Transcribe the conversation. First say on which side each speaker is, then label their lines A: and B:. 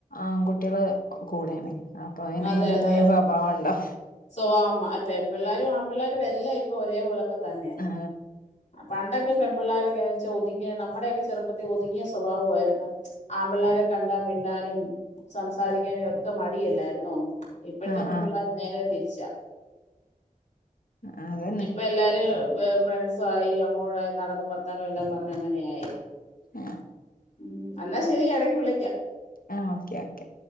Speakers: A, on the left; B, on the left.
A: ആങ്കു കുട്ടിയെൾ കൂടെയാണ് അപ്പൊ പിന്നെ
B: അതെ
A: അതിന്റേതായ
B: അതെ
A: സ്വഭാവം ഉണ്ടാവും
B: സ്വഭാവം അയ് പെൺപിള്ളെരും ആമ്പിള്ളെരും എല്ലാം ഇപ്പൊ ഒരേപോലെ ഒക്കെ തന്നെയാ
A: ആ
B: പണ്ടൊക്കെ പെൺ പിള്ളാരൊക്കെ <unintelligible> വെച്ചാ ഒതുങ്ങിയ നമ്മടെയൊക്കെ ചെറുപ്പത്തിൽ ഒതുങ്ങിയ സ്വഭാവ ആയിര്ന്ന് ആപിള്ളെരെ കണ്ടാ മിണ്ടാനും സംസാരിക്കാനും ഒക്കെ മടിയല്ലായിരുന്നോ ഇപ്പഴ്ത്തെ
A: ആ ആ
B: പെൺപിള്ളാര് നേരെ തിര്ച്ചാ
A: ആ അതന്നെ
B: ഇപ്പ എല്ലാരും എ് ഫ്രൺസ് ആയി അങ്ങോട്ടായി നട്ന്ന് ബർത്താനം എല്ലാം പറെഞ്ഞ് അങ്ങനെയായി
A: ഏ
B: ഉം അന്നാ ശരി എടെയ്ക്ക് വിളി
A: ആ ഓക്കെ ഓക്കെ